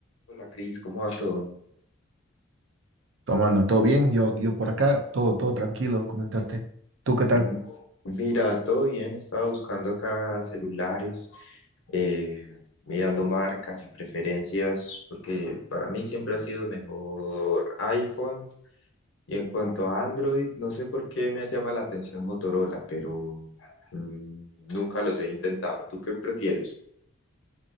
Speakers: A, on the left; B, on the right.
A: Hola Cris, ¿cómo va todo?
B: ¿Cómo anda? ¿Todo bien? Yo, yo por acá, todo, todo tranquilo, comentarte. ¿Tú qué tal?
A: M- Mira, todo bien, estaba buscando acá celulares, eh, mirando marcas y preferencias, porque para mí siempre ha sido mejor iPhone. Y en cuanto a Android, no sé por qué me llama la atención Motorola, pero mm, nunca los he intentado. ¿Tú qué prefieres?